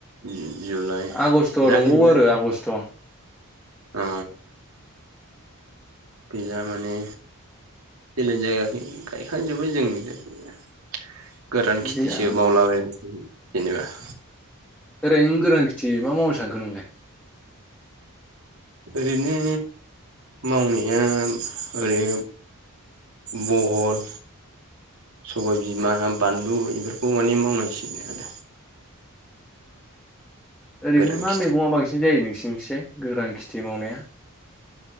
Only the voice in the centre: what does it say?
आगष्ट'आ
दंबावो
आरो आगष्ट'
गैया
ओरैनो गोरान खेथि मा मावनो सानखो नोंलाय?
ओरैनो
मा
मैगङा बांसिन जायो नों सिनोसाय गोरान खेथि मावनाया?